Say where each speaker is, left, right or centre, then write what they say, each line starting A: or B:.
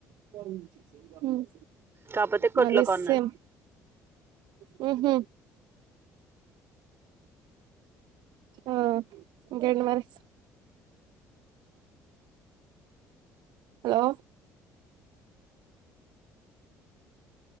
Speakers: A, on the right; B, on the right.
A: పంచ్ హ్మ్
B: కాపోతే కొట్లో
A: హు అది
B: కొన్నారు
A: సేమ్ హ్మ్ హు ఆ ఇంకేంటి మరి హలో